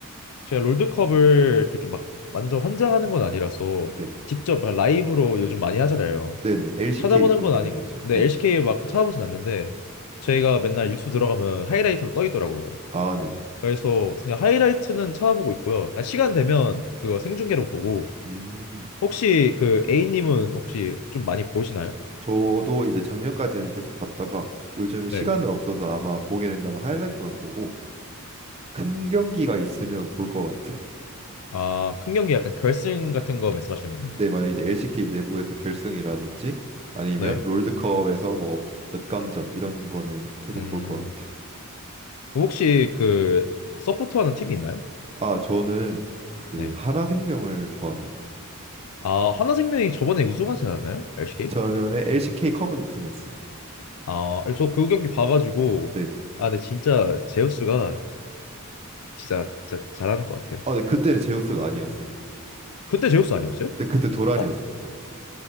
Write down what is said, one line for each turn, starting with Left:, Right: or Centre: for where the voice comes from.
Left: 제가 롤드컵을 그렇게 막 완전 환장하는 건 아니라서
Right: 네.
Left: 직접 라이브로 요즘 많이 하잖아요.
Right: 네네. LCK
Left: 찾아보는
Right: 경기
Left: 건 아니고
Right: 많이 하죠.
Left: 네,
Right: 네.
Left: LCK 막 찾아보진 않는데 저희가 맨날 유튜브 들어가면 하이라이트로 떠 있더라고요.
Right: 아, 네네.
Left: 그래서 그냥 하이라이트는 찾아보고 있고요. 그냥 시간 되면 그거 생중계로 보고
Right: 음.
Left: 혹시 그 A님은 혹시 좀 많이 보시나요?
Right: 저도 이제 작년까지는 계속 봤다가 요즘 시간은
Left: 네.
Right: 없어서 아마 보게 된다면 하이라이트만 보고 큰 경기가 있으면 볼 것 같아요.
Left: 아, 큰 경기 약간 결승 같은 거 말씀하시는 건가요?
Right: 네, 만약 이제 LCK 내부에서 결승이라든지 아니면
Left: 네.
Right: 롤드컵에서 뭐 몇 강전 이런 거는 계속
Left: 음,
Right: 볼 것 같아요.
Left: 그럼 혹시 그 서포터하는 팀이 있나요?
Right: 아, 저는 그
Left: 네.
Right: 하나생명을 좋아합니다.
Left: 아, 하나생명이 저번에 우승하지 않았나요? LCK?
Right: 전에 LCK 컵은 우승했어요.
Left: 아, 예, 저그 경기 봐가지고
Right: 네.
Left: 아, 근데 진짜 제우스가 진짜, 진짜 잘하는 것 같아요.
Right: 아, 네, 그때는 제우스가 아니었어요.
Left: 그때 제우스 아니었어요?
Right: 네, 그때 도란이었습니다.
Left: 어,